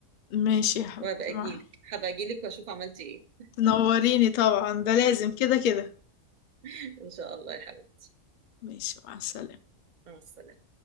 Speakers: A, on the left; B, on the right.
A: ماشي يا حبيبتي
B: وهبقى اجيلك
A: مع
B: هبقى اجيلك واشوف عملتي ايه
A: تنوريني طبعا ده لازم كده كده
B: <laughs> ان شاء الله يا حبيبتي
A: ماشي مع السلامة
B: مع السلامة